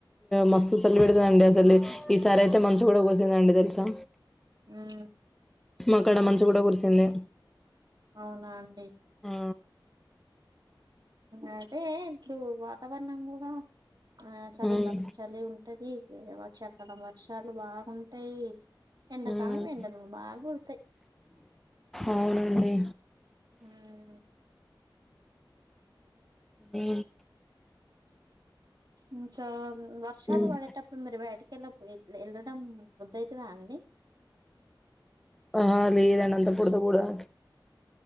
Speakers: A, on the right; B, in the centre.
A: ఉమ్
B: మస్త్ సలి పెడదండి అసలు. ఈసారి అయితే మంచు కూడా పోసిందండి తెలుసా.
A: ఉమ్.
B: మాక్కడ మంచు కూడా కురిసింది.
A: అవునా అండి.
B: ఆ
A: అయితే ఇప్పుడు వాతావరణం గుడా. ఆహ్ చలికాలం
B: మ్మ్
A: చలి ఉంటది. వేరే వ చక్కన వర్షాలు బాగుంటాయి. ఎండ
B: మ్మ్
A: కాలం ఎండలు బాగోడ్తయ్.
B: అవునండి
A: ఉమ్.
B: ఈ
A: ఇంక వర్షాలు
B: మ్మ్
A: పాడెటప్పుడు మీరు బయట్కేల. విద్ వెళ్ళడం బుద్ధి ఐతదా అండి.
B: ఆహ్ లేదు అండి అంతా బూడద బూడద.